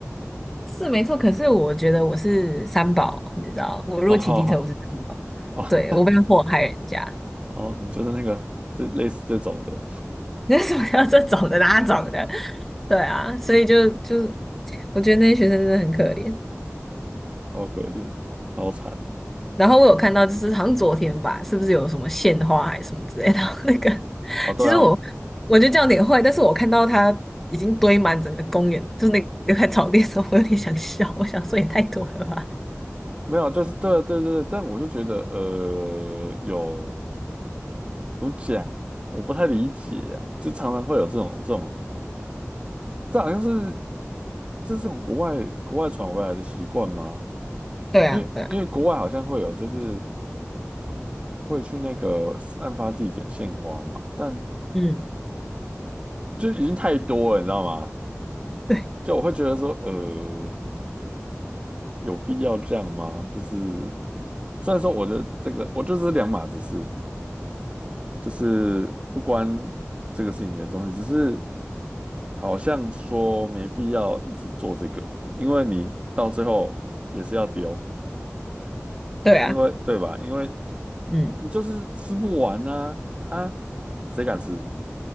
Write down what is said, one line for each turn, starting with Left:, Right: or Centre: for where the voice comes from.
Centre: 是没错，可是我觉得我是三宝，你知道，我如果骑机车我是三宝，
Right: 哦哦
Centre: 对，
Right: <laughs>
Centre: 我不要祸害人家，
Right: 哦，你就是那个这类似这种的，
Centre: <laughs> 那什么要这种的那种的，对啊，所以就就是我觉得那些学生真的很可怜。
Right: 超可怜，超惨
Centre: 然后我有看到，就是好像昨天吧，是不是有什么献花还是什么之类的？<laughs> 那个，
Right: 哦。对啊，
Centre: 其实我我就得这样有点坏，但是我看到它已经堆满整个公园，就是那个在草地的时候，我有点想笑，我想说也太多了吧。
Right: 没有啊，就是对啊对对对，但我就觉得呃，有怎么讲，我不太理解呀、就常常会有这种这种。这好像是这是从国外国外传回来的习惯吗？
Centre: 对啊，
Right: 因为因为国外好像会有，
Centre: 对啊，
Right: 就是会去那个案发地点献花嘛，但
Centre: 嗯，
Right: 就已经太多了，你知道吗？
Centre: 对，
Right: 就我会觉得说，呃，有必要这样吗？就是虽然说我觉得这个，我就是两码子事，就是不关这个事情严重性，只是好像说没必要一直做这个，因为你到最后也是要丢。
Centre: 对啊，
Right: 因为对吧？因为
Centre: 嗯。
Right: 你就是吃不完呐啊，啊谁敢吃？